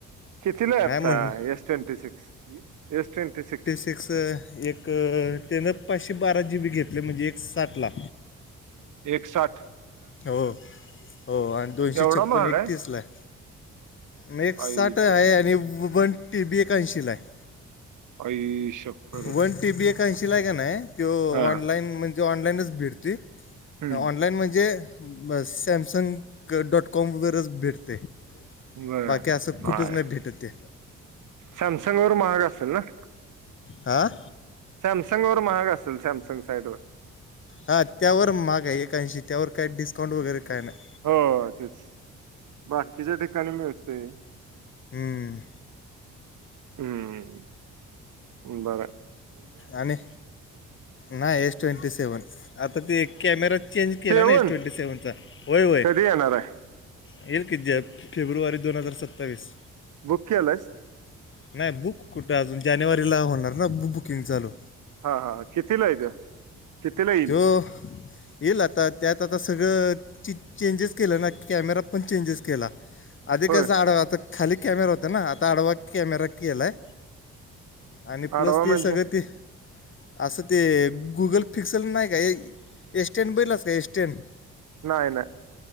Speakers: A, on the right; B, on the left.
A: कितीलाय आत्ता
B: नाही म्हटलं
A: S twenty six S twenty six.
B: अस एक त्यानं पाचशे बारा जी बी घेतले म्हणजे एक साठ ला.
A: एक साठ.
B: हो हो आणि दोनशे
A: एवढा
B: छप्पन
A: महाग
B: एकतीसला आहे. म एक साठ
A: आई शप्पथ!
B: आहे आणि वन टी बी एक ऐंशीला आहे.
A: आई शप्पथच
B: वन टीबी एक ऐंशीलाय का नाही तो
A: हा
B: ऑनलाईन म्ह ऑनलाईनच भेटतोय
A: हम्म
B: ऑनलाईन म्हणजे ब सॅमसंग डॉट कॉमवरच भेटतयं.
A: बर
B: बाकी असं कुठंच
A: बर
B: नाही भेटत ते.
A: सॅमसंग वर महाग असल ना.
B: आ.
A: सॅमसंग वर महाग असेल सॅमसंग साईड वर.
B: हां त्यावर महाग आहे एक ऐंशी त्यावर काय डिस्काउंट वगैरे काय नाही.
A: हो तेच बाकीच्या ठिकाणी मिळतयं.
B: हम.
A: हम्म बरंय.
B: आणि नाही एस ट्वेंटी सेव्हन आता ते एक कॅमेरा चेंज केला
A: सेवन
B: ना एस ट्वेंटी सेव्हनचा होय होय.
A: कधी येणार आहे
B: येईल किती ज फेब्रुवारी दोन हजार सत्तावीस.
A: बुक केलाईस.
B: नाही बुक कुठं अजून जानेवारीला होणार ना बु बुकिंग चालू.
A: हा हा कितीलाय त्यो कितीला येईल
B: त्यो येईल आता त्यात आता सगळं च च चेंजेस केला ना कॅमेरा पण चेंजेस केला. आधी
A: होय
B: कसा आडवा आता खाली कॅमेरा होत ना आता आडवा कॅमेरा केलाय. आणि प्लस
A: आडवा
B: ते
A: म्हणजे
B: सगळं ते असं ते गुगल पिक्सल नाही का ए स्टँड बघितलास का ए स्टँड?
A: नाही नाही